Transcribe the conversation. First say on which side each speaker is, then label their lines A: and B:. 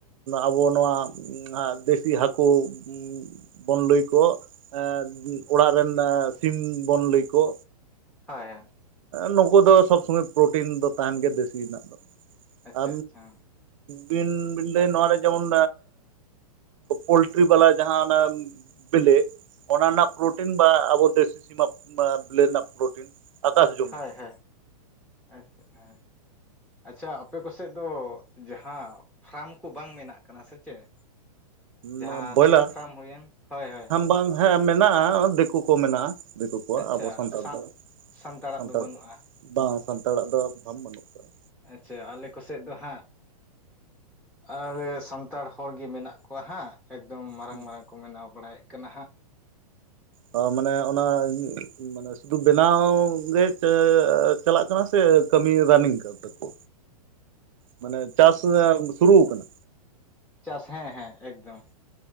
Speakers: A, on the right (about 55°); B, in the centre.
A: ᱟᱵᱚ ᱱᱚᱣᱟ ᱦ ᱫᱮᱥᱤ ᱦᱟᱹᱠᱩ <inaudible> ᱵᱚᱱᱞᱟᱹᱭ <unintelligible> ᱠᱚ ᱮ ᱚᱲᱟᱜ ᱨᱮᱱ ᱥᱤᱢ ᱵᱚᱱ ᱞᱟᱹᱭ ᱠᱚ᱾
B: ᱦᱮ ᱦᱮ
A: ᱱᱩᱠᱩ ᱫᱚ ᱥᱚᱵᱽ ᱥᱚᱢᱚᱭ ᱯᱨᱚᱴᱤᱱ ᱫᱚ ᱛᱟᱦᱮᱱ ᱜᱮᱭᱟ ᱫᱮᱥᱤ ᱨᱮᱱᱟᱜ ᱫᱚ
B: ᱟᱪᱪᱷᱟ
A: ᱟ
B: ᱟᱪᱪᱷᱟ
A: ᱵᱤᱱ <unintelligible> ᱞᱟᱹᱭ ᱱᱚᱣᱟᱨᱮ ᱡᱮᱢᱚᱱ ᱯᱳᱞᱴᱨᱤ ᱵᱟᱞᱟ ᱡᱟᱦᱟᱸ ᱚᱱᱟᱼᱼ ᱵᱮᱞᱮ ᱚᱱᱟ ᱨᱮᱱᱟᱜ ᱯᱨᱳᱴᱤᱱ ᱵᱟ ᱟᱵᱚ ᱫᱮᱥᱤ ᱥᱤᱢᱟᱜ ᱵᱮᱞᱮ ᱨᱮᱱᱟᱜ ᱯᱨᱳᱴᱤᱱ, ᱟᱠᱟᱥ ᱡᱚᱢᱤᱱ
B: ᱦᱳᱭ ᱦᱳᱭ, ᱟᱪᱪᱷᱟ ᱦᱮᱸ ᱟᱪᱪᱷᱟ ᱟᱯᱮ ᱠᱚᱥᱮᱜ ᱫᱚ ᱡᱟᱦᱟᱸᱼᱼ ᱯᱷᱨᱟᱢ ᱠᱚ ᱵᱟᱝ ᱵᱮᱱᱟᱜ ᱠᱟᱱᱟ ᱥᱮ ᱪᱮᱫ ᱡᱟᱦᱟᱸ
A: ᱱᱚᱣᱟ ᱵᱚᱭᱞᱟᱨ
B: ᱥᱤᱢ ᱯᱷᱨᱟᱢ ᱦᱩᱭᱮᱱ, ᱦᱳᱭ ᱦᱳᱭ᱾
A: ᱦᱮᱸ ᱵᱟᱝ ᱦᱮᱸ ᱢᱮᱱᱟᱜᱼᱟ᱾ ᱫᱤᱠᱩ ᱠᱚ ᱢᱮᱱᱟᱜᱼᱟ ᱫᱤᱠᱩ ᱠᱚᱣᱟᱜ
B: ᱟᱪᱪᱷᱟ
A: ᱟᱵᱚ ᱥᱟᱱᱛᱟᱲ
B: ᱥᱟᱜ
A: ᱫᱚ
B: ᱥᱟᱱᱛᱟᱲᱟᱜ
A: ᱥᱟᱱᱛᱟᱲ
B: ᱫᱚ ᱵᱟᱹᱱᱩᱜᱼᱟ
A: ᱵᱟᱝ-ᱟ ᱥᱟᱱᱛᱟᱲ ᱟᱜ ᱫᱚ ᱯᱷᱨᱟᱢ ᱵᱟᱹᱱᱩᱜ ᱟᱠᱟᱫᱟᱼᱟ᱾
B: ᱟᱪᱪᱷᱟ ᱟᱞᱮ ᱠᱚᱱᱥᱮᱫ ᱫᱚ ᱦᱟᱸᱜ ᱟᱨ ᱥᱟᱱᱛᱟᱲ ᱦᱚᱲ ᱜᱮ ᱢᱮᱱᱟᱜ ᱠᱚᱣᱟ ᱦᱟᱸᱜ ᱮᱠᱫᱚᱢ ᱢᱟᱨᱟᱝ
A: ᱦᱮᱸ
B: ᱢᱟᱨᱟᱝ ᱠᱚ ᱵᱮᱱᱟᱣ ᱵᱟᱲᱟᱭᱮᱫ ᱠᱟᱱᱟ ᱦᱟᱸᱜ
A: <unintelligible> ᱢᱟᱱᱮ ᱚᱱᱟ ᱢᱟᱱᱮ ᱥᱩᱫᱩ ᱵᱮᱱᱟᱣ ᱜᱮ <unintelligible> ᱪᱟᱞᱟᱜ ᱠᱟᱱᱟ ᱥᱮ ᱠᱟᱹᱢᱤ ᱨᱟᱱᱤᱝ ᱠᱟᱱ ᱛᱟᱠᱚ ᱢᱟᱱᱮ ᱪᱟᱥ ᱥᱩᱨᱩ ᱠᱟᱱᱟ?
B: ᱪᱟᱥ ᱦᱮᱸ ᱦᱮᱸ ᱮᱠᱫᱚᱢ᱾